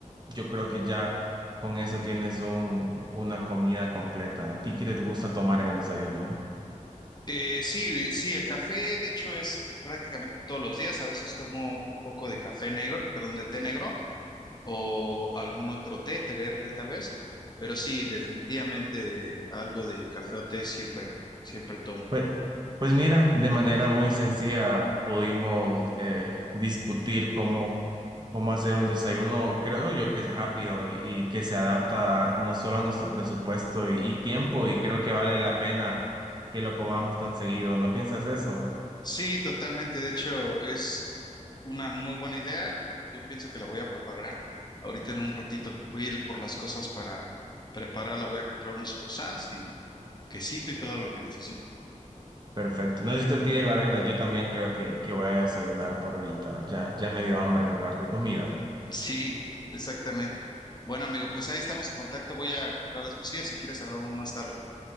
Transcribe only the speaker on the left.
Eh, sí, sí, el café, de hecho, es prácticamente todos los días. A veces tomo un poco de café negro, perdón, de té negro o algún otro té, té verde tal vez. Pero sí, definitivamente algo de café o té siempre, siempre tomo.
Sí, totalmente. De hecho, es una muy buena idea. Yo pienso que la voy a preparar <laughs> ahorita en un ratito. Voy a ir por las cosas para prepararla. Voy a comprar unos croissants y quesito y todo lo que necesito.
Sí, exactamente. Bueno, amigo, pues ahí estamos en contacto. Voy a comprar las cosillas. Si quieres, hablamos más tarde.